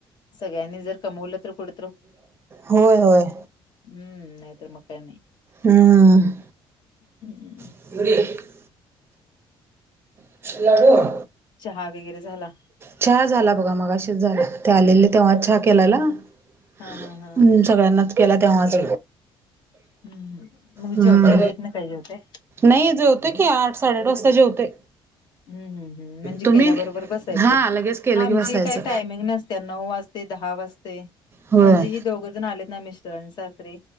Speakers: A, on the left; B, on the right.
A: सगळ्यांनी जर कमवलं तर कुड
B: होय होय.
A: हम्म नायतर मग काय
B: हम्म
A: नाय.
B: <unintelligible> <unintelligible>
A: चहा वगैरे झाला?
B: चहा झाला बघा, मगाशीच झाला. ते आलेले तेव्हा
A: हा
B: चहा केलेला? हुं
A: हा हा हा
B: सगळ्यांनाच केला तेव्हाच.
A: हम् मग
B: हम्म
A: जेवताय लेेट ना का जेवताय?
B: नाही जेवतो की आठ साडेआठ वाजता जेवतोय.
A: हम्म हम्म. हू म्हणजे
B: तुम्ही
A: केल्याबरोबर बसायचं?
B: हा लगेच केलं
A: आमची
B: की बसायचं
A: काय टायमिंग नसते नऊ वाजते, दहा वाजते
B: होय
A: म्हणजे ही दोघं जण आलेत ना मिस्टरनं सासरे